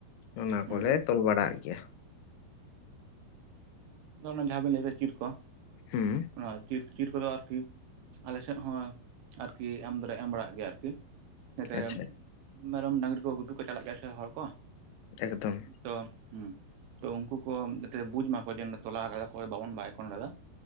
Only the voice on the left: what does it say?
ᱚᱱᱟ
ᱠᱚᱞᱮ
ᱛᱚᱞ ᱵᱟᱲᱟᱜ ᱜᱮᱭᱟ
ᱦᱩᱸ
ᱟᱪᱪᱷᱟ
ᱮᱠᱫᱚᱢ